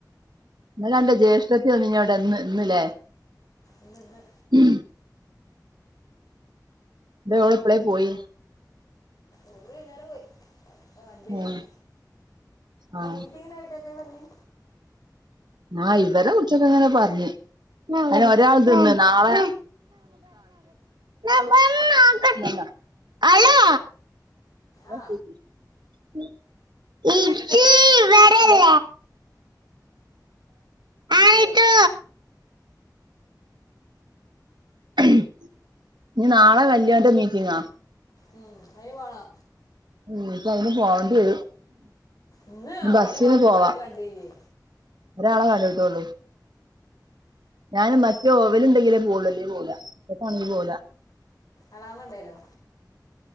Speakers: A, on the right; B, on the left.
A: ഇന്നലെ അന്റെ ജ്യേഷ്ഠത്തി വന്നു ഇവിടെ ഇന്ന് ഇന്നില്ലേ
B: ഇന്ന് ഇന്ന്
A: ഉം എന്തെ ഓൾ എപ്പളേ പോയി
B: ഓൾ വൈന്നേരം പോയി അഞ്ചണി
A: ആഹ്
B: ആയി
A: ആ
B: മീറ്റിങ്ങിന് പോയിട്ട് എന്താ പറഞ്ഞി
A: ആ ഇവരെ ഉച്ചക്കിങ്ങനെ പറഞ്ഞ് അങ്ങനെ ഒരാൾതു ഇന്ന് ഒരാൾതു നാളെ ഞാൻ പറഞ്ഞു നോക്കട്ട് അലോ <unintelligible>
B: ആ
A: ഇജ്ജ് ഇവടല്ലേ ആട്ടോ ഇനി നാളെ വല്യോന്റെ മീറ്റിങ്ങാ
B: ഉം അയിന് പോണോ
A: ഉം ഇപ്പ അയിന് പോവേണ്ടി വരും
B: ഇന്നു
A: ബസ്സിന്
B: ഓന്റെ മാഷാമാരൊക്കെ
A: പോവാ
B: കണ്ടില്ലേ
A: ഒരാളെ കണ്ടുട്ടുള്ളൂ ഞാൻ മറ്റേ ഓവൻ ഇണ്ടെങ്കിലേ പോവുളളും ഇല്ലേ പോവൂല്ല
B: എളാമുണ്ടേലോ